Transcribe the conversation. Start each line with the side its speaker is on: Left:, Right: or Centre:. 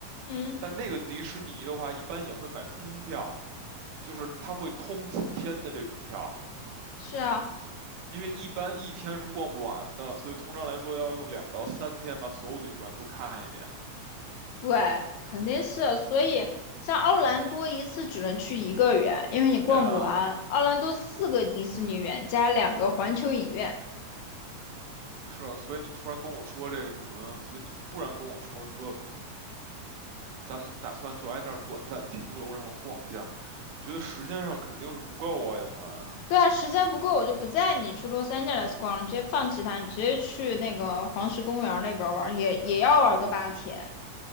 Left: 嗯，
Right: 但那个迪士尼的话，一般也会买通票，就是它会通几天的这种票，
Left: 是啊，
Right: 因为一般一天是逛不完的，所以通常来说要用两到三天把所有的园都看一遍。
Left: 对，肯定是。所以像奥兰多一次只能去一个园，因为你逛不完。
Right: 对啊，
Left: 奥兰多四个迪士尼园加两个环球影院。
Right: 是啊，所以你突然跟我说这个什么，所以你突然跟我说说咱们打算就挨那儿短暂停留，然后逛一下。我觉得时间上肯定是不够啊，杨环。
Left: 对啊，时间不够，我就不带你去洛杉矶来逛了，你直接放弃它，你直接去那个黄石公园儿那边儿玩儿也也要玩个八天。